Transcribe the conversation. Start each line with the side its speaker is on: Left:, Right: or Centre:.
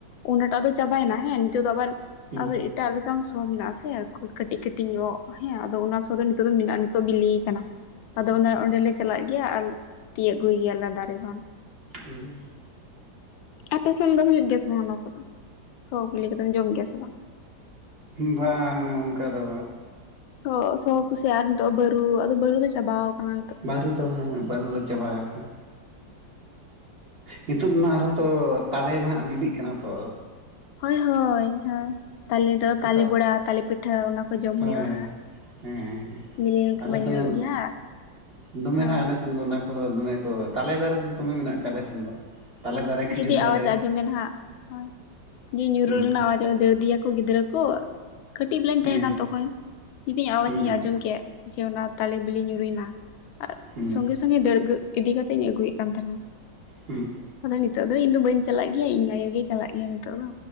Left: ᱚᱱᱟᱴᱟᱜ ᱫᱚ ᱪᱟᱵᱟᱭᱮᱱᱟ ᱦᱮᱸ ᱱᱤᱛᱚᱜ ᱫᱚ ᱟᱵᱟᱨ
Right: ᱦᱩᱸ
Left: ᱟᱵᱟᱨ ᱮᱴᱟᱜ ᱨᱚᱠᱚᱢ ᱥᱚ ᱢᱮᱱᱟᱜ ᱟᱥᱮ ᱟᱨ ᱠᱟᱹᱴᱤᱡ ᱠᱟᱹᱴᱤᱡ ᱧᱚᱜ ᱦᱮᱸ ᱟᱫᱚ ᱚᱱᱟ ᱥᱚ ᱫᱚ ᱱᱤᱛᱚᱜ ᱫᱚ ᱢᱮᱱᱟᱜᱼᱟ ᱱᱤᱛᱚᱜ ᱵᱤᱞᱮ ᱟᱠᱟᱱᱟ᱾ ᱟᱫᱚ ᱚᱱᱟ
Right: ᱚ
Left: ᱚᱸᱰᱮᱞᱮ ᱪᱟᱞᱟᱜ ᱜᱮᱭᱟ ᱟᱨ ᱛᱤᱭᱟᱹᱜ ᱟᱹᱜᱩᱭ ᱜᱮᱭᱟᱞᱮ ᱫᱟᱨᱮ ᱠᱷᱚᱱ᱾
Right: ᱦᱩᱸ
Left: ᱟᱯᱮ ᱥᱮᱱ ᱫᱚ ᱦᱩᱭᱩᱜ ᱜᱮᱭᱟ ᱥᱮ ᱵᱟᱝ ᱚᱱᱟ ᱠᱚᱫᱚ? ᱥᱚ ᱵᱤᱞᱤ ᱠᱚᱫᱚᱢ ᱡᱚᱢ ᱜᱮᱭᱟ ᱥᱮ ᱵᱟᱝ?
Right: ᱵᱟᱝᱟ ᱚᱱᱠᱟ ᱫᱚ
Left: ᱥᱚ ᱥᱚ ᱠᱷᱚᱥᱤ ᱟᱨ ᱱᱤᱛᱚᱜ ᱵᱟᱨᱩ ᱟᱫᱚ ᱵᱟᱨᱩ ᱫᱚ ᱪᱟᱵᱟᱣ ᱠᱟᱱᱟ᱾
Right: ᱵᱟᱹᱨᱩ ᱫᱚ ᱦᱮᱸ ᱵᱟᱹᱨᱩ ᱫᱚ ᱪᱟᱵᱟ ᱟᱠᱟᱱᱟ᱾ ᱱᱤᱛᱳᱜ ᱢᱟ ᱟᱨᱦᱚᱸ ᱛᱚ ᱛᱟᱞᱮ ᱱᱟᱦᱟᱜ ᱵᱤᱞᱤᱜ ᱠᱟᱱᱟ ᱛᱚ᱾
Left: ᱦᱳᱭ ᱦᱳᱭ ᱦᱳᱭ ᱛᱟᱞᱮ ᱫᱚ
Right: ᱱᱤᱛᱚᱜ
Left: ᱛᱟᱞᱮ ᱵᱚᱲᱟ ᱛᱟᱞᱮ ᱯᱤᱴᱷᱟᱹ ᱚᱱᱟ ᱠᱚ ᱡᱚᱢ
Right: ᱦᱳᱭ
Left: ᱦᱩᱭᱩᱜᱼᱟ
Right: ᱦᱳᱭ
Left: ᱦᱟᱸᱜ᱾
Right: ᱦᱮᱸ
Left: ᱵᱤᱞᱤ ᱞᱮᱱᱠᱷᱟᱱ
Right: ᱟᱞᱮ
Left: ᱢᱟ
Right: ᱥᱮᱱ
Left: ᱧᱩᱨᱩᱜ
Right: ᱫᱚ
Left: ᱜᱮᱭᱟ
Right: ᱫᱚᱢᱮ
Left: ᱦᱟᱸᱜ
Right: ᱱᱟᱦᱟᱜ
Left: ᱦᱳᱭ
Right: ᱟᱞᱮ ᱟᱞᱮ ᱥᱮᱱ ᱫᱚ ᱚᱱᱟ ᱠᱚᱫᱚ ᱫᱚᱢᱮ ᱠᱚ, ᱛᱟᱞᱮ ᱫᱟᱨᱮ ᱫᱚ ᱫᱚᱢᱮ ᱢᱮᱱᱟᱜ ᱟᱠᱟᱫ ᱟᱞᱮ ᱥᱮᱱ ᱫᱚ᱾ ᱛᱟᱞᱮ ᱫᱟᱨᱮ ᱠᱷᱤᱡᱩᱨ
Left: ᱡᱩᱫᱤ
Right: ᱫᱟᱨᱮ
Left: ᱟᱣᱟᱡ ᱟᱸᱡᱚᱢᱮ ᱱᱟᱦᱟᱜ, ᱦᱳᱭ ᱡᱮ ᱧᱩᱨᱩᱨᱩ
Right: ᱦᱩᱸ
Left: ᱨᱮᱱᱟᱜ ᱟᱣᱟᱡ᱾ ᱫᱟᱹᱲ ᱫᱤᱭᱟᱠᱚ ᱜᱤᱫᱽᱨᱟᱹ ᱠᱚ, ᱠᱟᱹᱴᱤᱡ ᱵᱮᱞᱟᱧ
Right: ᱦᱮᱸ
Left: ᱛᱟᱦᱮᱸ ᱠᱟᱱ ᱛᱚᱠᱷᱚᱱ ᱡᱩᱫᱤ ᱟᱣᱟᱡ
Right: ᱦᱩᱸ
Left: ᱤᱧ ᱟᱸᱡᱚᱢ ᱠᱮᱫ᱾ ᱡᱮ ᱚᱱᱟ ᱛᱟᱞᱮ ᱵᱤᱞᱤ ᱧᱩᱨᱩᱭᱱᱟ ᱟᱨ
Right: ᱦᱩᱸ
Left: ᱥᱚᱸᱜᱮ ᱥᱚᱸᱜᱮ ᱫᱟᱹᱲ ᱤᱫᱤ ᱠᱟᱛᱮᱜ ᱤᱧ ᱳᱞ ᱟᱹᱜᱩᱭᱮᱫ ᱠᱟᱱ ᱛᱟᱦᱮᱱᱟ᱾
Right: ᱦᱩᱸ
Left: ᱟᱫᱚ ᱱᱤᱛᱚᱜ ᱫᱚ ᱤᱧ ᱫᱚ ᱵᱟᱹᱧ ᱪᱟᱞᱟᱜ ᱜᱮᱭᱟ, ᱤᱧ ᱟᱭᱳ ᱜᱮ ᱪᱟᱞᱟᱜ ᱜᱮᱭᱟ ᱱᱤᱛᱚᱜ ᱫᱚ᱾